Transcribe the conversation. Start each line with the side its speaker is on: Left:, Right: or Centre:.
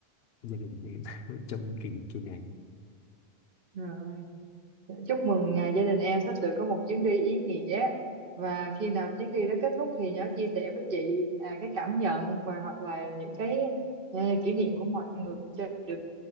Left: gia đình em <laughs> trong kỳ kỳ này
Right: rồi. chúc mừng à, gia đình em sắp sửa có một chuyến đi ý nghĩa và khi nào chuyến đi đó kết thúc thì nhớ chia sẻ với chị à, cái cảm nhận và hoặc là những cái ờ, kỷ niệm của mọi người cho chị được